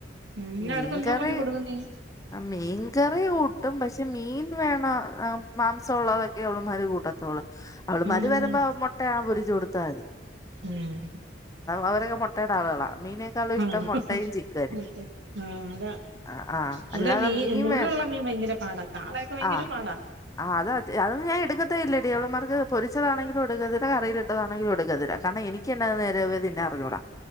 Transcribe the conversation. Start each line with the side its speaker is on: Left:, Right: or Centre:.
Right: ഉം പിന്നെ
Left: മീൻകറി
Right: അവർക്ക് എന്തോ കൂട്ടി കൊടുക്കും നീ
Left: മീൻകറി കൂട്ടും പക്ഷെ മീൻ വേണ ആ മാംസംമുള്ളതൊക്കെ അവള്മാർ കൂട്ടത്തുള്ളൂ അവള്
Right: ആഹ്
Left: മര് വരുമ്പോ മുട്ടയ പൊരിച്ച്ു കൊടുത്ത ത്ത അതി
Right: ഉം
Left: അവരൊക്കെ മുട്ടയുടെ ആളുകളളാണ് മീനേക്കാളും ഇഷ്ടം
Right: ആഹ്
Left: മുട്ടയും ചിക്കന
Right: അതെ ആഹ് അതാ
Left: ആ ആഹ്
Right: ഇവിടെ
Left: അല്ലാതെ
Right: മീ
Left: മീൻ
Right: മുള്ളുള്ള
Left: വേ
Right: മീൻ ഭയങ്കര പാടാ കാളയൊക്കെ ഭയങ്കര
Left: ആഹ
Right: പാടാ
Left: ആ അത് അതൊ ഞാൻ എടുക്കത ഇല്ലേടിയവളന്മാർക്ക് പൊരിച്ചതാണെങ്കിൽ ഒടുുകതിര കറയിയിലട്ടതാണെങ്കില ഒടുുകതിര കാരണം എനിക്ക് എന്നെ നേരെവന്നെ അറിഞ്ഞൂടാം